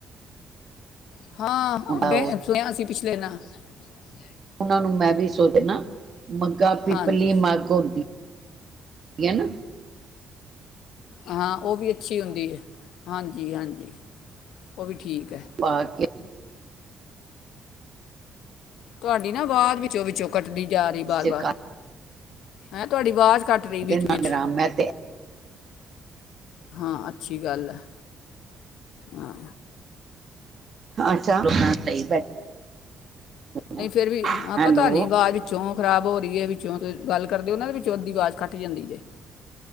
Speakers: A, on the left; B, on the right.
A: ਹਾਂ
B: ਉਹਦਾ
A: <unintelligible>
B: ਉਨ੍ਹਾਂ ਨੂੰ ਮੈਂ ਵੀ ਸੋ ਦਦਾ ਮੱਗਾਂ ਪੀਪਲੀ
A: ਹਾਂਜੀ
B: ਮੱਗ ਹੁੰਦੀ ਠੀ ਹੈ ਨਾ
A: ਹਾਂ ਉਹ ਵੀ ਅੱਛੀ ਹੁੰਦੀ ਹੈ ਹਾਂਜੀ ਹਾਂਜੀ ਉਹ ਵੀ ਠੀਕ ਹੈ
B: ਬਾਕੀ
A: ਤੁਹਾਡੀ ਨਾ ਬਾਅਦ ਵਿੱਚੋਂ ਵਿੱਚੋਂ ਕੱਟਦੀ ਤਰੀ ਬਾਰ
B: ਵਿੱਚ
A: ਬਾਰ ਹੈਂ ਤੁਹਾਡੀ ਆਵਾਜ਼ ਕੱਟ ਰਹੀ
B: ਉਹਦੇ
A: ਵਿੱਚ
B: ਨ
A: ਵਿੱਚ
B: ਰਮ ਹੈੈਂ ਤੇ
A: ਹਾਂ ਅੱਛੀ ਗੱਲ ਹੈ ਹਾਂ
B: ਅੱਛਾ ਸਹੀ <unintelligible> ਹਾਂ
A: ਨਹੀਂ ਫੇਰ ਵੀ ਹਾਂ
B: ਹੈਲੋ
A: ਪਤਾ ਨੀ ਬਾਅਦ ਵਿੱਚੋਂ ਖਰਾਬ ਹੋ ਰਹੀ ਹੈ ਵਿੱਚੋਂ ਗੱਲ ਕਰਦੇ ਹੋ ਉਹਨਾਂ ਦੇ ਵਿੱਚੋਂ ਅੱਧੀ ਆਵਾਜ਼ ਖੱਟ ਜਾਂਦੀ ਜੇ